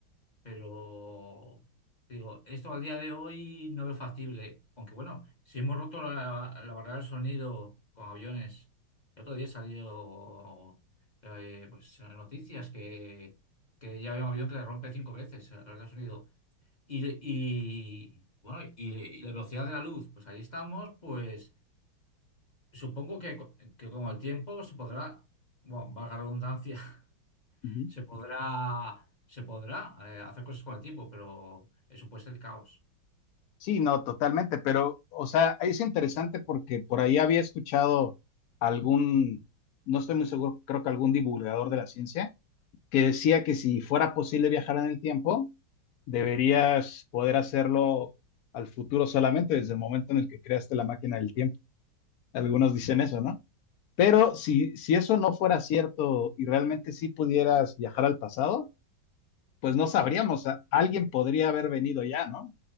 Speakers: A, on the left; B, on the left.
A: Pero digo, esto al día de hoy no veo factible. Aunque bueno, si hemos roto la, la barrera del sonido con aviones, el otro día salió eh, pues, en las noticias que, que ya había un avión que le rompe cinco veces la barrera del sonido. Y, y, bueno, y, y la velocidad de la luz, pues ahí estamos, pues supongo que, co- que con el tiempo se podrá, bueno, valga la redundancia,
B: ujú.
A: se podrá, se podrá eh, hacer cosas con el tiempo, pero eso puede ser caos.
B: Sí, no, totalmente, pero, o sea, es interesante porque por ahí había escuchado algún, no estoy muy seguro, creo que algún divulgador de la ciencia, que decía que si fuera posible viajar en el tiempo, deberías poder hacerlo al futuro solamente desde el momento en el que creaste la máquina del tiempo. Algunos dicen eso, ¿no? Pero si, si eso no fuera cierto y realmente sí pudieras viajar al pasado, pues no sabríamos, a- alguien podría haber venido ya, ¿no?